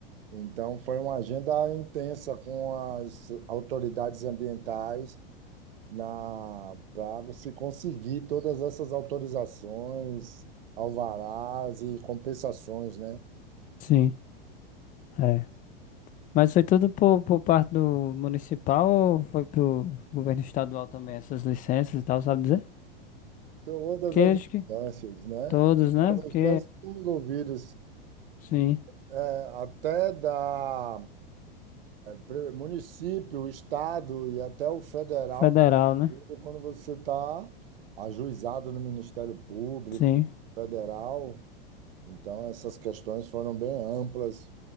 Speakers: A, on the right; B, on the left.
A: então foi uma agenda intensa com as autoridades ambientais na para se conseguir todas essas autorizações, alvarás e compensações, né?
B: sim. É. Mas foi tudo por, por parte do municipal ou foi pro governo estadual também, essas licenças e tal, sabe dizer?
A: Todas
B: Que
A: as
B: acho que
A: instâncias, né?
B: todos, né?
A: Todas
B: Porque,
A: as instâncias envolvidas,
B: sim,
A: é, até da pre- município, estado e até o federal
B: federal,
A: tá
B: né?
A: incluído quando você está ajuizado no Ministério Público
B: Sim,
A: Federal. Então, essas questões foram bem amplas.